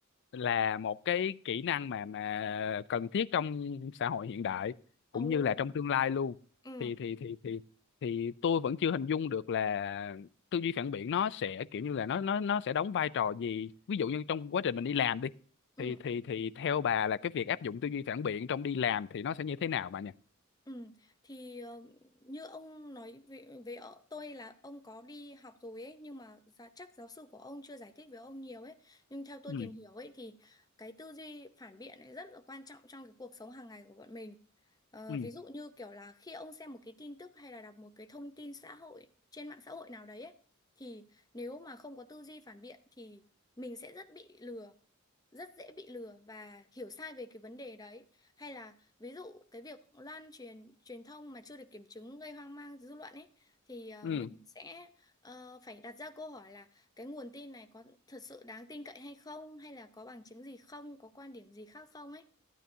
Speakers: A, on the left (about 55°); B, on the left (about 20°).
A: là một cái kỹ năng mà mà cần thiết trong xã hội hiện đại cũng
B: Ồ,
A: như là trong tương lai luôn.
B: ừ
A: Thì thì thì thì thì tôi vẫn chưa hình dung được là tư duy phản biện nó sẽ kiểu như là nó nó nó sẽ đóng vai trò gì. Ví dụ như trong quá trình mình đi làm đi
B: ừ
A: thì thì thì theo bà là cái việc áp dụng tư duy phản biện trong đi làm thì nó sẽ như thế nào bà nhỉ?
B: Ừ, thì ờ, như ông nói về, về ờ, tôi là ông có đi học rồi ấy nhưng mà giá, chắc giáo sư của ông chưa giải thích với ông nhiều ấy nhưng theo tôi
A: Ừ.
B: tìm hiểu ấy thì cái tư duy phản biện ấy rất là quan trọng trong cái cuộc sống hàng ngày của bọn mình Ờ,
A: Ừ.
B: ví dụ như kiểu là khi ông xem một cái tin tức hay là đọc một cái thông tin xã hội trên mạng xã hội nào đấy ấy, thì nếu mà không có tư duy phản biện thì mình sẽ rất bị lừa rất dễ bị lừa và hiểu sai về cái vấn đề đấy hay là ví dụ cái việc lan truyền truyền thông mà chưa được kiểm chứng gây hoang mang dư luận ấy thì ờ,
A: Ừ.
B: mình sẽ ờ, phải đặt ra câu hỏi là cái nguồn tin này có thật sự đáng tin cậy hay không hay là có bằng chứng gì không có quan điểm gì khác không ấy